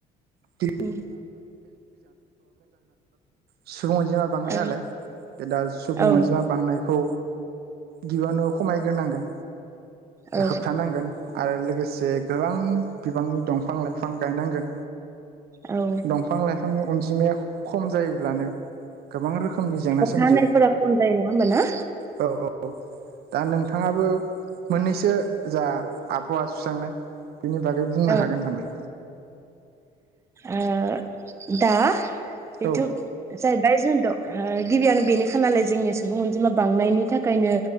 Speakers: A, on the right; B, on the right.
A: <inaudible>
B: उम
A: सुबुं अनजिमा बांनाय
B: ओ
A: नालाय दा सुबुं
B: औ
A: अनजिमा बांनायखौ गिबियावनो खमायग्रोनांगोन
B: औ
A: होब्था नांगोन आरो लोगोसे से गोबां बिबांनि दंफां लाइफां गायनांगोन
B: औ
A: दंफां लाइफां फांनि अनजिमाया खम जायोब्लानो गोबां रोखोमनि जेंना सोमजियो
B: खा हानाय फोरा खम जायो नङा होनबा ना
A: औ औ दा नोंथाङाबो मोननैसो जा आबहावा सुस्रांनो बेनि बागै बुंनो
B: औ
A: हागोन नामा?
B: ओ दा बेथ'
A: औ
B: जाय जाय जोंथ' गिबियावनो बेनोखा नालाय जोंनि सुबुं अनजिमा बांनायनि थाखायनो।